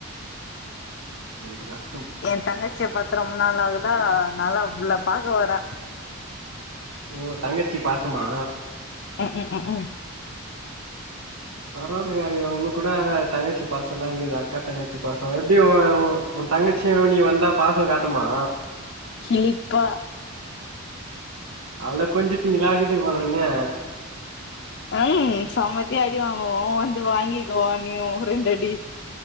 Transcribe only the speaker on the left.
என் தங்கச்சிய பாத்து ரொம்ப நாள் ஆகுதா அனால அவ்ளா பாக்க வர
ம்க்கு ம்க்கு
கிலிப்பா
ம் சம்மத்தியா அடி வாங்குவோ வந்து வாங்கக்கோவா நீயூ ரெண்டு அடி